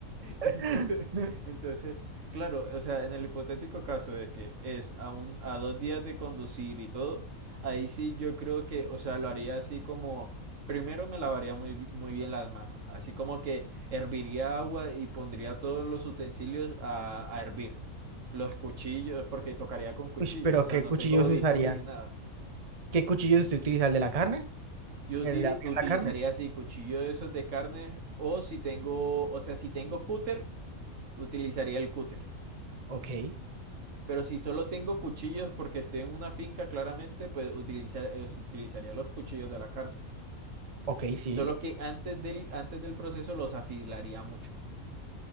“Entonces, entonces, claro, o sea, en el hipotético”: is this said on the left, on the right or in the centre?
Right